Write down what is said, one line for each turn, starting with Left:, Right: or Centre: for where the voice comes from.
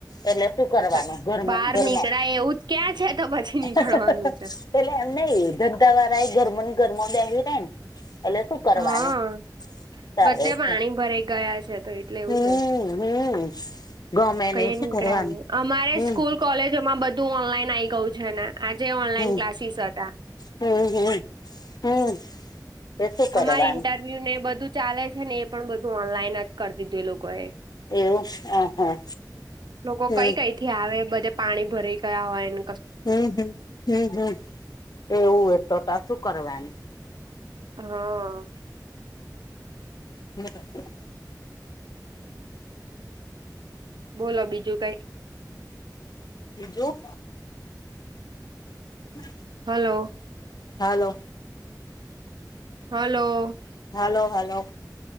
Left: એટલે શું કરવાનું
Right: હા તો
Left: ઘરમાં
Right: બહાર
Left: ને ઘરમાં.
Right: નીકળાય એવું જ ક્યાં છે તો પછી નીકળવાનું
Left: <inaudible>
Right: છે
Left: એટલે એમ નહ ધંધા વાળા એ ઘરમો ને ઘરમો બેસી રેય ને એટલે શું કરવાનું?
Right: હા
Left: ચાલે
Right: બધે પાણી
Left: છે
Right: ભરાઈ ગયા છે. તો લેવું
Left: હમ
Right: ના
Left: હમ ગમે
Right: કઈ
Left: નહી શું
Right: નીકળ્યા
Left: કરવાનું
Right: નહી અમારે
Left: હમ
Right: સ્કૂલ કોલેજોમાં બધું ઓનલાઈન આઈ ગયું છે ને આજે ઓનલાઈન
Left: હમ
Right: ક્લાસીસ હતાં.
Left: હમ હમ હમ. એ શું કરવાનું
Right: અમારી ઇન્ટરવ્યુ ને એ બધું ચાલે છે ને એ પણ બધું ઓનલાઈન જ કરી દીધું એ લોકો એ.
Left: એવું હ હા
Right: લોકો
Left: હમ.
Right: કઈ કઈ થી આવે બધે પાણી ભરી ગયા હોય અન
Left: હમ હમ હમ હમ એવું તો ત શું કરવાનું?
Right: હા
Left: હ <inaudible> <unintelligible>
Right: બોલો બીજું કંઈ?
Left: બીજું. હમ
Right: hello.
Left: Hello.
Right: Hello.
Left: Hello hello.